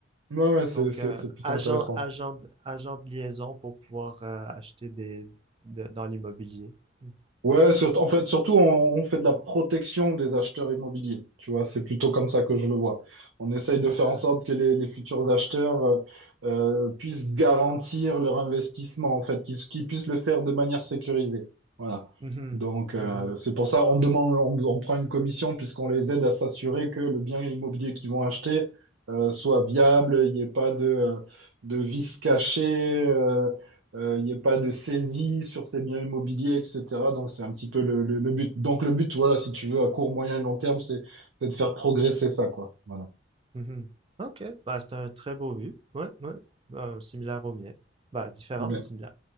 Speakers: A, on the right (about 80°); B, on the right (about 30°).
A: Ouais, ouais, c'est,
B: Donc,
A: c'est,
B: euh,
A: c'est plutôt
B: agent,
A: intéressant.
B: agent, agent de liaison pour pouvoir euh, acheter des, de- dans l'immobilier. Hum.
A: Ouais, surtout, en fait, surtout, on, on fait de la protection des acheteurs immobiliers. Tu vois, c'est plutôt comme ça que je le vois. On essaye de
B: Ah.
A: faire en sorte que les, les futurs acheteurs euh, euh, puissent garantir leur investissement, en fait, qu'ils qu'ils puissent le faire de manière sécurisée. Voilà.
B: Mhm.
A: Donc, euh,
B: Mhm.
A: c'est pour ça on demande, on, on prend une commission puisqu'on les aide à s'assurer que le bien immobilier qu'ils vont acheter euh, soit viable, il n'y ait pas de, de vices cachés. euh, euh, il n'y ait pas de saisie sur ces biens immobiliers, etc. Donc, c'est un petit peu le, le- le but. Donc, le but, voilà, si tu veux, à court, moyen et long terme, c'est c'est de faire progresser ça, quoi. Voilà.
B: Mhm. OK. Bah, c'est un très beau but. Ouais, ouais. Euh, similaire au mien. Bah, différent,
A: Mais-
B: mais similaire.